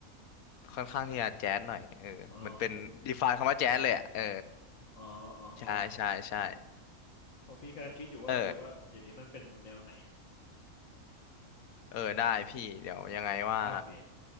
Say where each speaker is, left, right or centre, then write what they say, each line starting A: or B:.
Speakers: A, on the left; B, on the left.
A: ค่อนข้างที่จะแจ๊ดหน่อยเออเหมือนเป็นดีฟายคำว่าแจ๊ดเลยอะเออ
B: อ๋ออ๋ออ๋ออ๋อ
A: ใช่ใช่ใช่
B: เพราะพี่กำลังคิดอยู่ว่าเออว่าอย่างนี้มันเป็นแนวไหน
A: เออเออได้พี่เดี๋ยวยังไงว่า
B: โอเค